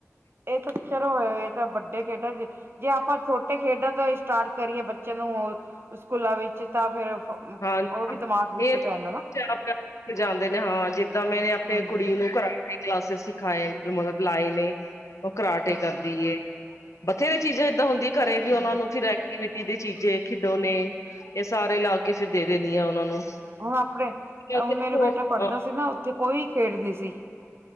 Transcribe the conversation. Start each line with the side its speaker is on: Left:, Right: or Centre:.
Right: ਇਹ ਤਾਂ ਚਲੋ ਇਹ ਤਾਂ ਵੱਡੇ ਕੇਹਡਾ ਜੇ ਜੇ ਆਪਾਂ ਛੋਟੇ ਖੇਡਾਂ ਤੋਂ ਸਟਾਰਟ ਕਰੀਏ ਬੱਚੇ ਨੂੰ ਸਕੂਲਾਂ ਵਿੱਚ ਤਾਂ ਫੇਰ ਉਹ
Left: ਹਾਂ,
Right: ਵੀ ਦਿਮਾਗ ਵਿੱਚ
Left: ਇਹ ਤੇ
Right: ਪੈਂਦਾ ਨਾ
Left: <unintelligible> ਜਾਂਦੇ ਨੇ ਹਾਂ ਜਿੱਦਾਂ ਮੈਂਨੇ ਅਪ ਆਪਣੇ
Right: ਹਾਂਜੀ
Left: ਕੁੜੀ ਨੂੰ ਕਰਾਟੇ ਦੇ ਕਲਾਸਿਸ ਸਿਖਾਏ ਨੇ ਮਤਲਬ ਲਾਏ ਨੇ, ਉਹ ਕਰਾਟੇ
Right: ਹਾਂਜੀ
Left: ਕਰਦੀ ਏ। ਬਥੇਰੇ ਚੀਜ਼ਾਂ ਏਦਾਂ ਹੁੰਦੀਆਂ ਘਰੇ ਵੀ
Right: ਹਾਂਜੀ
Left: ਉਹਨਾ ਨੂੰ ਫਿਰ ਐਕਵੀ ਟੀ ਦੇ ਚੀਜੇ ਖਿਡੋ ਨੇ ਇਹ ਸਾਰੇ ਲਾ ਕੇ ਫਿਰ ਦੇ ਦੇਨੀ ਆ ਉਹਨਾਂ ਨੂੰ।
Right: ਹੁਣ ਆਪਣੇ
Left: ਦੇਖੋ
Right: ਹੁਣ ਮੇਰਾ ਬੇਟਾ
Left: ਅ
Right: ਪੜ੍ਹਦਾ ਸੀ ਨਾ ਉੱਥੇ ਕੋਈ ਖੇਡ ਨਹੀਂ ਸੀ।